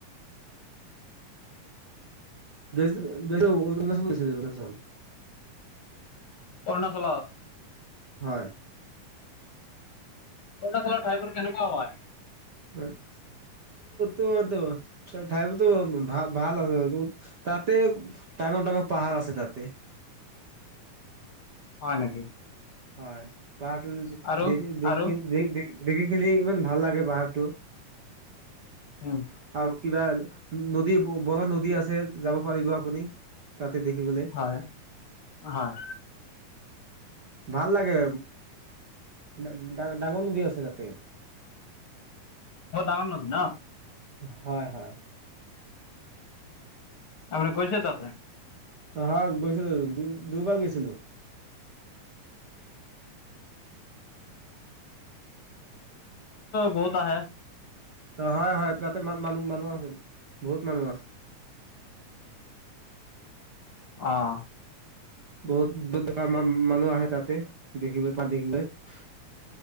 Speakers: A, on the right (about 40°); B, on the left (about 45°).
A: যাইচো <unintelligible>
B: অৰুণাচলত
A: হয়।
B: অৰুণাচলৰ ঠাইবোৰ কেনেকুৱা হয়।
A: <unintelligible> ত ঠাইোৰতো ভ ভাল আছে তাতে <unintelligible> ডাঙৰ, ডাঙৰ পাহাৰ আছে তাতে।
B: হয় নেকি।
A: হয় পাহাৰটো
B: আৰু
A: দেখি, দেখি
B: আৰু
A: দে দেখ দেখি ইমান ভাল লাগে পাহাৰটো।
B: উম।
A: আৰু কিবা নদী বৰ নদী আছে যাব পাৰিব আপুনি। তাতে দেখিব যে
B: হয় হয়।
A: ভাল লাগে তা তাতে ডাঙৰ নদী আছে তাতে।
B: বৰ ডাঙৰ নদী ন।
A: হয়, হয়।
B: আপুনি গৈছে তাতে।
A: হয় গৈছিলোঁ দুবাৰ গৈছিলোঁ।
B: বহুত আহে।
A: অ', হয়, হয় তাতে ম মানুহ, মানুহ আছে বহুত মানুহ আছে।
B: অ'।
A: বহুত দূৰ দূৰা মানুহ আহে তাতে দেখিবলৈ পা দেখিবলৈ <unintelligible>